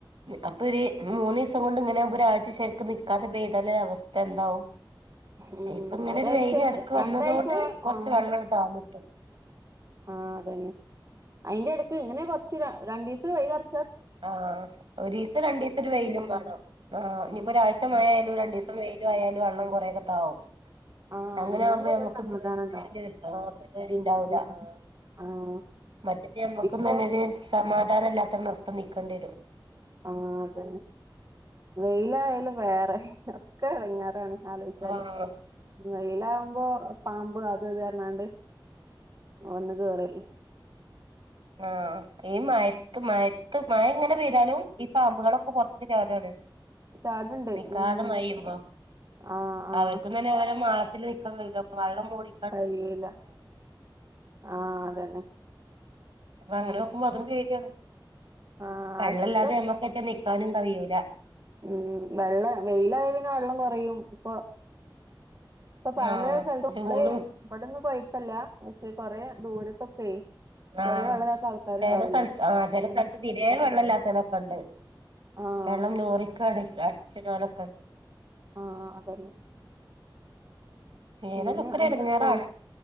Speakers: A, on the right; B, on the right.
A: അപ്പൊര് മൂന്നീസം കൊണ്ട് ഇങ്ങനാകുമ്പ ഒരാഴ്ച ശെരിക്ക് നിക്കാതെ പെയ്താല് അവസ്ഥ എന്താവും?
B: <inaudible>
A: ഇപ്പങ്ങനെ
B: ഒരാഴ്ച
A: ഒരു വെയില് എട്ക്ക്
B: രണ്ടാഴ്ച
A: വന്നതോണ്ട് കൊറച്ച്
B: ആഹ്
A: വെള്ളം ഇങ് താന്നിട്ട്
B: ആഹ് അതന്നെ. അയിന്റെ എടക്ക് ഇങ്ങനെ കൊറച്ച് രണ്ടീസം വെയിലടിച്ചാ
A: ആഹ് ഒരീസം രണ്ടീസം ഒരു വെയിലും വേണം.
B: ഉം
A: ആഹ് ഇനിയിപ്പോ ഒരാഴ്ച മയയായാലും രണ്ടീസം വെയിലു ആയാലും വെള്ളം കൊറേക്കെ താവും.
B: ആഹ്
A: അങ്ങനെയാകുമ്പോ
B: എന്നാ കൊറേ
A: നമ്മുക്ക്
B: സമാധാനം
A: പേടച്ചേണ്ടി
B: ഇണ്ടാവും
A: വര ആഹ് പേടിണ്ടാവില്ല.
B: ഉം
A: ആഹ്
B: ആഹ്
A: മറ്റത് നമ്മുക്കും
B: ഇപ്പൊ
A: തന്നൊരു സമാധാനമില്ലാത്ത നിർത്തം നിക്കേണ്ടി വരും.
B: ആഹ് അതന്നെ. വെയിലായാലും വേറെ ഒക്കെ എടങ്ങേറാണ്. ആലോചിച്ചാല്
A: ആഹ്
B: വെയിലാകുമ്പോ പാമ്പ് അത് ഇത് പറഞ്ഞാണ്ട് വന്ന് കേറല്
A: ആഹ് ഈ മഴെത്ത് മഴെത്ത് മഴ ഇങ്ങനെ പെയ്താലും ഈ പാമ്പുകളൊക്കെ പുറത്ത് ചാടാണ്.
B: ചാട്ണ്ട്
A: നിക്കാതെ
B: ഉം
A: മയേയുമ്പോ
B: ആഹ് ആഹ്
A: അവർക്കും തന്നെ അവര്ടെ മാളത്തി ല് നിൽക്കാ വെള്ളം മൂടി
B: കയിയൂല്ല ആഹ് അതന്നെ.
A: അപ്പ അങ്ങനെ നോക്കുമ്പോ അതും പേടിയാണ്.
B: ആഹ്
A: വെള്ളൊല്ലാതെ
B: ആലോചിച്ചോക്ക്
A: നമക്കൊക്കെ നിക്കാനും കഴിയൂല.
B: ഉം വെള്ള വെയിലായ പിന്നെ വെള്ളം കൊറയും ഇപ്പൊ ഇപ്പൊ പല
A: ആ
B: സ്ഥല നമ്മള്
A: ചൂടും
B: ഇവിടെന്നും കൊഴപ്പില്ല. പക്ഷെ കൊറെ ദൂരത്തൊക്കെ
A: ആഹ്
B: കൊറേ വെള്ളല്ലാത്ത ആൾക്കാരുണ്ടാവല്ലോ
A: ചെറു സ്ഥലത്ത് ആഹ് ചെല
B: ഉം
A: സ്ഥലത്ത് തീരെ വെള്ളൊല്ലാത്തലോ ഒണ്ട്.
B: ആഹ്
A: വെള്ളം ലോറിക്കട അടിച്ചിടാലൊക്കെണ്ട്.
B: ആഹ് ആഹ് അതന്നെ.
A: ഏതായാലും
B: പിന്നെ
A: ഒക്കെ ഒരു
B: അ
A: എടങ്ങേറാണ്
B: കോ